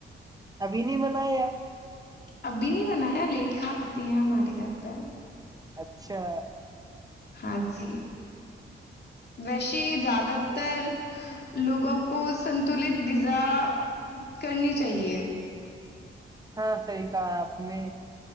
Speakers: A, on the right; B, on the left.
A: ابھی نہیں بنایا ۔
B: ابھی نہیں بنایا لیٹ کھاتے ہیں ہمارے گھر پر۔
A: اچھا۔
B: ہاں جی۔ ویسے زیادہ تر۔ لوگوں کو سنتولت غذا کرنی چاہیے۔
A: ہاں صحیح کہا آپ نے۔